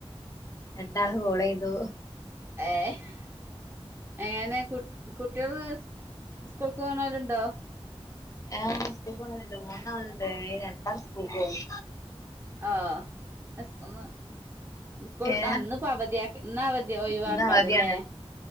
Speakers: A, on the left; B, on the right.
A: രണ്ടാൾക്ക് കോളെയ്തു
B: ഏഹ് ഏനെ കു കുട്ട്യാള് സ്കൂൾക്കോണോല്ണ്ടോ
A: ആ സ്‌ക്കൂൾക്കോണോല്ണ്ട് മൂന്നാള്ണ്ട് അയ്ല് രണ്ടാള് സ്ക്കൂൾക്കോവും
B: ആ സ് ഇന്ന് സ്ക്കൂൾട്ട
A: ഏഹ്
B: ആ ഇന്ന് പവധ്യാ ഇന്ന് അവധി ഒഴിവാക്കാരല്ലേ
A: ഇന്ന് അവധിയാണ്